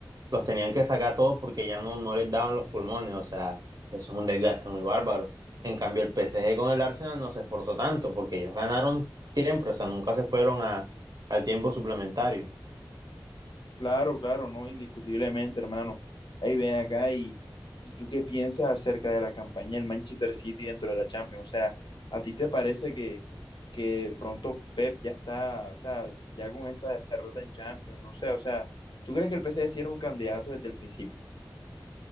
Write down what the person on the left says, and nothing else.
Claro, claro, no, indiscutiblemente, hermano. Ahí ven acá y, y tú qué piensas acerca de la campaña del Manchester City dentro de la Champions. O sea, ¿a ti te parece que, que de pronto Pep ya está, o sea, ya con esta derrota en Champions? No sé, o sea, ¿tú crees que el PSG sí era un candidato desde el principio?